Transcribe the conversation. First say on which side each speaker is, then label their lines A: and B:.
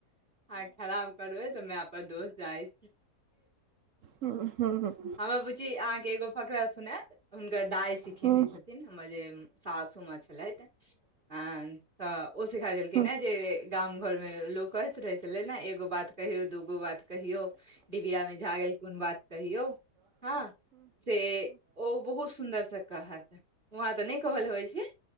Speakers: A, on the right; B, on the right.
A: आ खराब करए त मैप पर दोस्त जाइ।
B: ह ह।
A: हमर बूची अहाँकेँ एगो फकरा सुनात, हुनकर दाइ सिखेने
B: हँ
A: छथिन हमर जे शासु माँ छलह तऽ, ह। तऽ ओ सिखा देलखिन
B: हँ
A: हे जे गाम घरमे लोक कहैत रहैत छलै ने एगो बात कहियो दूगो बात कहियो, डिबिया मे झागेल कोन बात कहियौ हँ से ओ बहुत सुन्दरस कहत व अहाँ तऽ नहि कहल होइ छै